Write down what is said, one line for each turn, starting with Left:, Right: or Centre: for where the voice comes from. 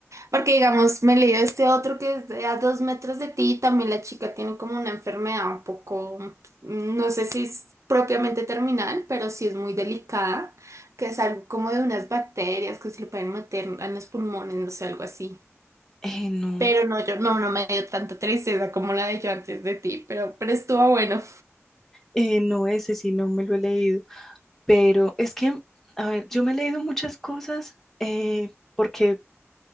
Right: Porque, digamos, me leí este otro que es de a dos metros de ti y también la chica tiene como una enfermedad un poco, mm, no sé si es propiamente terminal, pero sí es muy delicada, que es algo como de unas bacterias que se le pueden meter en los pulmones, no sé, algo así.
Centre: Eh, no,
Right: Pero no, yo no, no me dio tanta tristeza como la de yo antes de ti, pero, pero estuvo bueno.
Centre: eh, no ese sí, no me lo he leído, pero es que, a ver, yo me he leído muchas cosas eh, porque